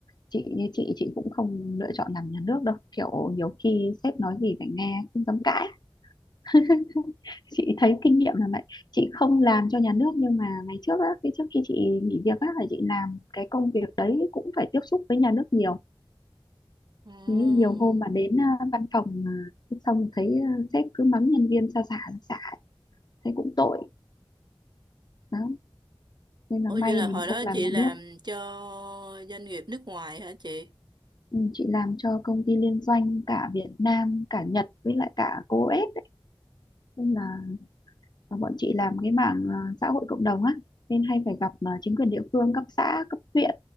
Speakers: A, on the left; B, on the right.
A: chị như chị chị cũng không lựa chọn làm nhà nước đâu kiểu nhiều khi sếp nói gì phải nghe không dám cãi <laughs> chị thấy kinh nghiệm là vậy chị không làm cho nhà nước nhưng mà ngày trước á cái trước khi chị nghỉ việc á là chị làm cái công việc đấy cũng phải tiếp xúc với nhà nước nhiều
B: Ồ,
A: Thế nhiều hôm mà đến à, văn phòng à, xong thấy à, sếp cứ mắng nhân viên xa xả xa xả thấy cũng tội đó nên là
B: Ủa
A: may
B: vậy là
A: mình
B: hồi đó
A: không làm
B: chị
A: nhà
B: làm
A: nước
B: cho doanh nghiệp nước ngoài hả chị?
A: Ừ, chị làm cho công ty liên doanh cả Việt Nam cả Nhật với lại cả cô ép ấy nên là và bọn chị làm cái mảng à, xã hội cộng đồng á nên hay phải gặp à, chính quyền địa phương cấp xã cấp huyện